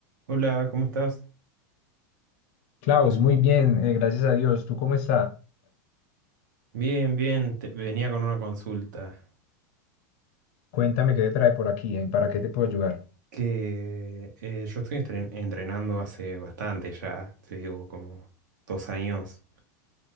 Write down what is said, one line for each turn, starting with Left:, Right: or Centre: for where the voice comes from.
Right: Hola, ¿cómo estás?
Left: Klaus, muy bien, eh, gracias a Dios. ¿Tú cómo estás?
Right: Bien, bien, te- venía con una consulta.
Left: Cuéntame qué te trae por aquí, eh, ¿Para qué te puedo ayudar?
Right: Que eh, yo estoy estren- entrenando hace bastante ya, te digo, como dos años,